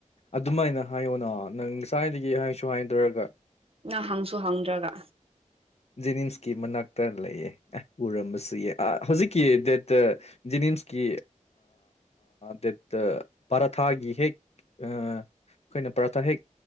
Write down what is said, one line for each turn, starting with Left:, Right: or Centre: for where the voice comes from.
Left: ꯑꯗꯨꯃꯥꯏꯅ ꯍꯥꯏꯌꯣꯅ ꯅꯪ ꯉꯁꯥꯏꯗꯒꯤ ꯍꯥꯏꯁꯨ ꯍꯥꯏꯗ꯭ꯔꯒ
Right: ꯅꯪ ꯍꯪꯁꯨ ꯍꯪꯗ꯭ꯔꯒ
Left: ꯖꯦꯅꯤꯝꯁꯀꯤ ꯃꯅꯥꯛꯇ ꯂꯩꯌꯦ ꯎꯔꯝꯕꯁꯨ ꯌꯥ ꯍꯧꯖꯤꯛꯀꯤ ꯗꯦꯠꯇ ꯖꯤꯅꯤꯝꯁꯀꯤ ꯒꯦꯠꯇ ꯄꯥꯔꯊꯥꯒꯤ ꯍꯦꯛ ꯑ ꯑꯩꯈꯣꯏꯅ ꯄꯔꯥꯊ ꯍꯦꯛ